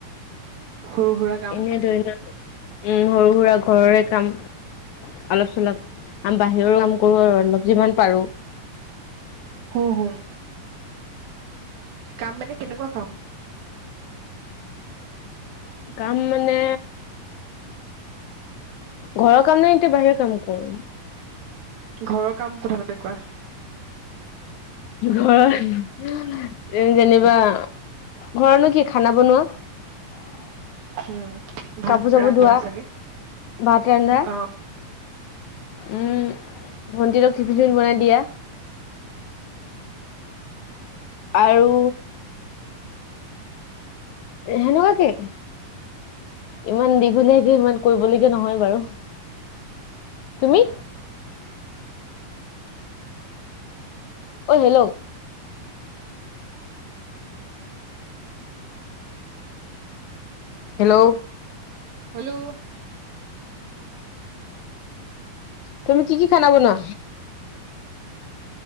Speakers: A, on the right; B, on the left.
A: সৰু সুৰা কাম।
B: এনেই ধৰি লোৱা উম সৰু সুৰা ঘৰৰে কাম অলপ চলপ, আম বাহিৰৰ কাম কৰো আৰু অলপ যিমান পাৰো
A: হুম হুম কাম মানে কেনেকুৱা কাম
B: কাম মানে ঘৰৰ কাম নে এতিয়া বাহিৰৰ কাম কওঁ
A: ঘৰৰ কাম প্ৰথমতে কোৱা
B: ঘৰত যেনিবা ঘৰতনো কি খানা বনোৱা
A: উম ভাত
B: কাপোৰ চাপোৰ
A: ৰান্ধা
B: ধোৱা,
A: চাগে?
B: ভাত ৰান্ধা
A: অ
B: উম ভন্টিহতক টিফিন চিফিন বনাই দিয়া, আৰু সেনেকুৱাকে, ইমান দীঘলীয়াকে ইমান কৰিবলগীয়া নহয় বাৰু। তুমি অঐ হেল্ল' হেল্ল'
A: হেল্ল'
B: তুমি কি কি খানা বনোৱা